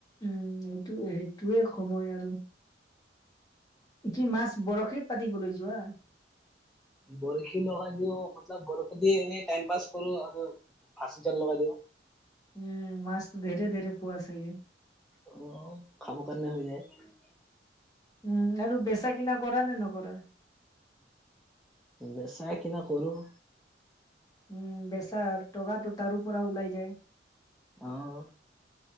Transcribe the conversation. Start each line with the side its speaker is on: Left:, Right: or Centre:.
Left: উম এইটো সেইটোৱে সময় আৰু কি মাছ, বৰশে পাতিবলৈ যোৱা?
Centre: বৰশী লগাই দিওঁ মতলপ বৰশী দি এনে টাইম পাছ কৰো আৰু ফাঁচি জাল লগাই দিব
Left: উম। মাছ ধৰে-ধৰে পোৱা চ
Centre: অ খাব কাৰণে হৈ যায়
Left: উম আৰু বেচা কিনা কৰা নে নকৰা
Centre: বেচা কিনা কৰো
Left: উম বেচাৰ টকাটো তাৰো পৰা ওলাই যায়
Centre: অহ